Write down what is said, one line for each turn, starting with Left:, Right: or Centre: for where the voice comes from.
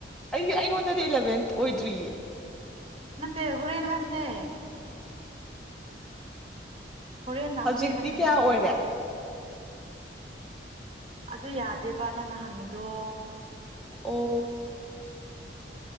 Centre: ꯑꯩꯒꯤ ꯑꯩꯉꯣꯟꯗꯗꯤ ꯑꯦꯂꯚꯦꯟ ꯑꯣꯏꯗ꯭ꯔꯤꯌꯦ
Right: ꯅꯠꯇꯦ ꯍꯣꯔꯦꯟ ꯍꯥꯏꯕꯅꯦ ꯍꯣꯔꯦꯟꯅ
Centre: ꯍꯧꯖꯤꯛꯇꯤ
Right: ꯍꯣꯔꯦꯟꯅ ꯊꯝꯃꯣꯕ
Centre: ꯀꯌꯥ ꯑꯣꯏꯔꯦ
Right: ꯑꯗꯨ ꯌꯥꯗꯦꯕ ꯅꯪꯅ ꯍꯪꯉꯤꯗꯣ
Centre: ꯑꯣ